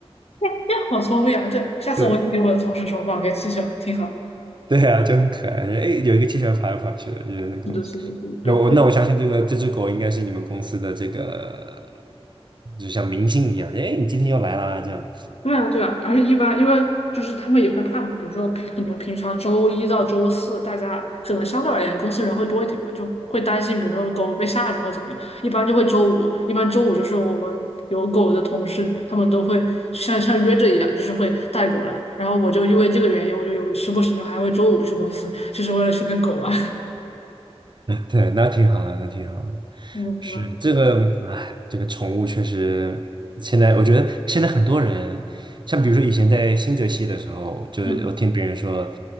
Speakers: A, on the left (about 70°); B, on the right (about 45°).
A: 这样好聪明啊！对，下次我也给我的同事说，
B: 对，
A: 把我给气球，挺好。
B: <laughs> 对啊，就很可爱。哎，有一个气球跑来跑去的，就是那个公司。
A: 是的，是的，是的，
B: 那我那我相信这个这只狗应该是你们公司的这个，
A: 对，
B: 就像明星一样。哎，你今天又来啦，这样。
A: 对啊，对啊，而且一般因为就是他们也会怕嘛，比如说平可能平常周一到周四，大家可能相对而言公司人会多一点嘛，就会担心，比如说狗被吓着或者怎么样，一般就会周五，一般周五就是我们有狗的同事，他们都会像像约着一样，就是会带狗来，然后我就因为这个原因，我就有时不时的还会周五去公司，就是为了去跟狗玩，
B: 对，那挺好的，那挺好的。
A: <laughs> 嗯可能
B: 是这个，哎，这个宠物确实，现在我觉得现在很多人，像比如说以前在新泽西的时候，就是我听别人说，
A: 嗯